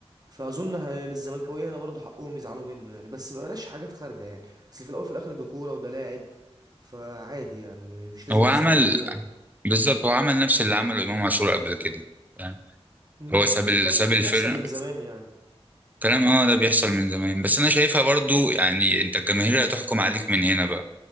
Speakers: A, on the right; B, on the right.
A: فاظن ه- للزملكاويه هنا برضه حقهم يزعلوا منه يعني بس بلاش حاجات خارجه يعني اصل في الاول في الاخر ده كوره وده لاعب فعادي يعني مش لازم
B: هو
A: تزعل
B: عمل
A: عليه
B: بالظبط هو عمل نفس اللي عمله امام عاشور قبل كده فاهم
A: امم
B: هو ساب ال...
A: والكلام
B: ساب
A: ده
B: الفرق
A: بيحصل من زمان يعني
B: كلام اه ده بيحصل من زمان بس انا شايفها برضو يعني انت الجماهير هتحكم عليك من هنا بقى